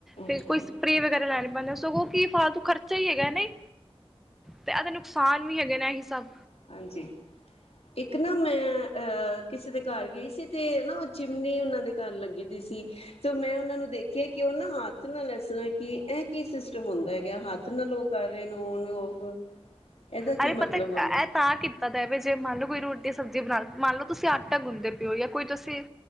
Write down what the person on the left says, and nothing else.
ਅੱਛਾ
ਜੀ।
ਹਾਂਜੀ ਇੱਕ ਨਾ ਮੈਂ ਅਹ ਕਿਸੇ ਦੇ ਘਰ ਗਈ ਸੀ ਤੇ ਨਾ ਉਹ ਚਿਮਨੀ ਉਹਨਾਂ ਦੇ ਘਰ ਲੱਗੀ ਦੀ ਸੀ ਤੇ ਮੈਂ ਉਹਨਾਂ ਨੂੰ ਦੇਖਿਆ ਕਿ ਉਹ ਨਾ ਹੱਥ ਨਾਲ ਇਸ ਤਰ੍ਹਾਂ ਕੀ ਇਹ ਕੀ ਸਿਸਟਮ ਹੁੰਦਾ ਹੈਗਾ ਹੱਥ ਨਾਲ ਉਹ ਕਰ ਰਹੇ ਨੇ ਉਹਨੂੰ ਉਹ? ਇਹਦਾ ਕੀ
ਮਤਲਬ
ਹੁੰਦਾ?